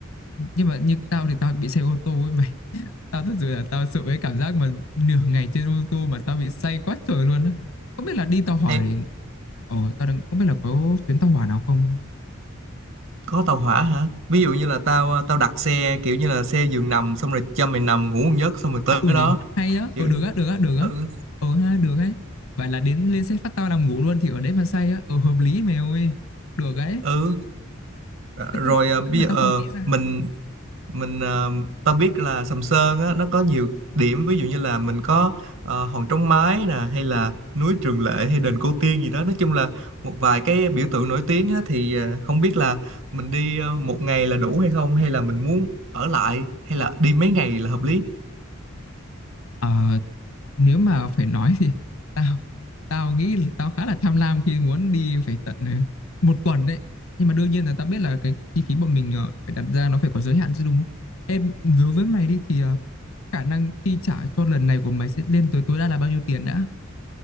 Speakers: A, on the left; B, on the right.
A: Nhưng mà như tao thì tao bị say ô tô ấy mày. <laughs> Tao thật sự là tao sợ cái cảm giác mà nửa ngày trên ô tô mà tao bị say quá trời luôn á. Không biết là đi tàu hỏa
B: hay
A: thì ờ tao đang không biết là có chuyến tàu hỏa nào không.
B: có tàu hỏa hả ví dụ như là tao à, tao đặt xe kiểu như là xe giường nằm xong rồi cho mày nằm ngủ một giấc xong rồi tới
A: À, ừ nhỉ,
B: đó
A: hay đó,
B: kiểu
A: ờ được á, được á, được á.
B: ừ,
A: Ờ ha, được ấy. Vậy là đến lên xe phát tao nằm ngủ luôn thì ở đấy mà say á, ờ hợp lý mày ơi. Được ấy.
B: ừ. ờ,
A: Thế
B: rồi
A: Tức
B: à,
A: tức
B: bây
A: là
B: giờ
A: tao
B: ờ,
A: không nghĩ ra.
B: mình mình ờ, ta biết là Sầm Sơn á, nó có nhiều điểm ví dụ như là mình có ờ, Hòn Trống Mái nè hay là núi Trường Lệ hay đền Cô Tiên gì đó nói chung là một vài cái biểu tượng nổi tiếng á, thì ờ, không biết là mình đi ờ, một ngày là đủ hay không hay là mình muốn ở lại hay là đi mấy ngày là hợp lý
A: Ờ nếu mà phải nói thì <laughs> tao tao nghĩ là tao khá là tham lam khi muốn đi phải tận ờ, một tuần đấy. Nhưng mà đương nhiên là tao biết là cái chi phí bọn mình ờ, phải đặt ra nó phải có giới hạn chứ đúng không? Em đối với mày đi thì ờ, khả năng chi trả cho lần này của mày sẽ lên tới tối đa là bao nhiêu tiền đã?